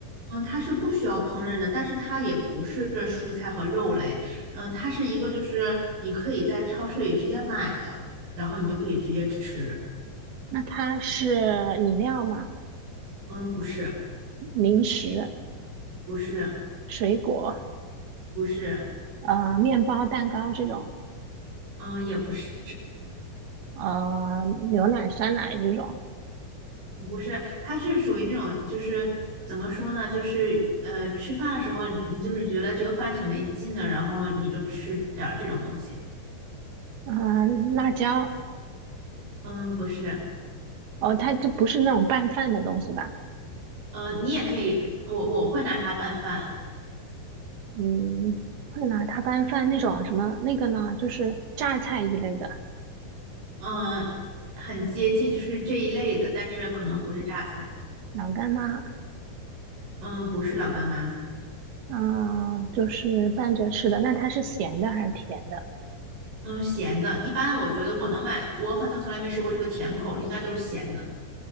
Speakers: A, on the right; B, on the right.
A: 嗯，它是不需要烹饪的，但是它也不是蔬菜和肉类，嗯，它是一个就是你可以在超市里直接买的，然后你就可以直接吃。
B: 那它是饮料吗？
A: 嗯，不是，
B: 零食、
A: 不是，
B: 水果，
A: 不是，
B: 呃，面包、蛋糕这种，
A: 嗯，也不是，
B: 呃，牛奶、酸奶这种，
A: 不是，它是属于那种就是怎么说呢，就是呃，吃饭的时候你你就是觉得这个饭挺没劲的，然后你就吃点儿这种东西。
B: 嗯、辣椒，
A: 嗯，不是，
B: 哦，它就不是那种拌饭的东西吧？
A: 嗯，你也可以，我我会拿它拌饭。
B: 嗯，会拿它拌饭那种什么那个呢，就是榨菜一类的，
A: 嗯，很接近，就是这一类的，但是可能不是榨菜。
B: 老干妈，
A: 嗯，不是老干妈。
B: 嗯、就是拌着吃的。那它是咸的还是甜的？
A: 嗯，咸的。一般我觉得我能买，我好像从来没吃过这个甜口的，应该都是咸的。